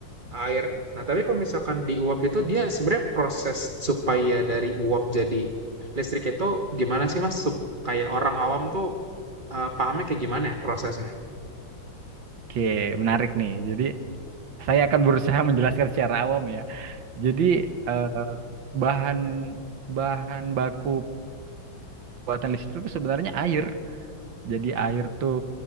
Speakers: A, on the right; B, on the right.
A: air. Nah, tapi kalau misalkan di uap itu dia sebenarnya proses supaya dari uap jadi listrik itu gimana sih Mas? Sup- Kayak orang awam tuh eh, pahamnya kayak gimana ya prosesnya?
B: Oke, menarik nih. Jadi saya akan berusaha menjelaskan secara awam ya. Jadi eh, bahan bahan baku pembuatan listrik itu sebenarnya air. Jadi air tuh